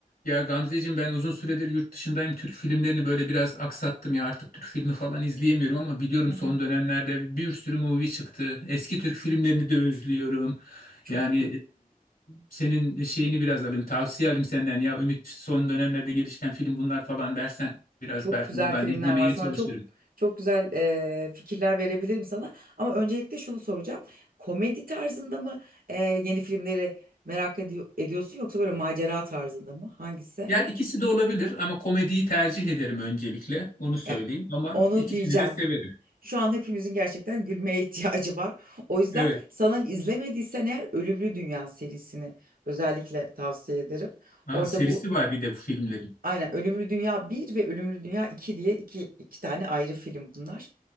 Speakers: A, on the left; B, on the right.
A: Ya Gamzeciğim ben uzun süredir yurt dışındayım. Türk filmlerini böyle biraz aksattım ya artık Türk filmi falan izleyemiyorum ama biliyorum
B: Hı hı.
A: son dönemlerde bir sürü movie çıktı. Eski Türk filmlerini de özlüyorum.
B: Çok
A: Yani
B: gü-
A: e, senin şeyini biraz alayım, tavsiye alayım senden ya Ümit son dönemlerde gelişen film bunlar falan dersen biraz
B: çok
A: belki
B: güzel
A: buradan
B: filmler
A: izlemeye
B: var. Sana
A: çalışırım.
B: çok çok güzel e, fikirler verebilirim sana. Ama öncelikle şunu soracağım. Komedi tarzında mı e, yeni filmleri merak ediyor, ediyorsun yoksa böyle macera tarzında mı? Hangisi?
A: Ya ikisi de olabilir ama komediyi tercih ederim öncelikle onu söyleyeyim
B: Yani
A: ama
B: onu
A: ikisini
B: diyeceğim.
A: de severim.
B: Şu an hepimizin gerçekten gülmeye ihtiyacı var. O yüzden
A: Evet.
B: sana izlemediysen eğer Ölümlü Dünya serisini özellikle tavsiye ederim.
A: Aa,
B: Orada
A: serisi
B: bu
A: var bir de bu filmlerin.
B: Aynen Ölümlü Dünya Bir ve Ölümlü Dünya 2 diye iki, iki tane ayrı film bunlar.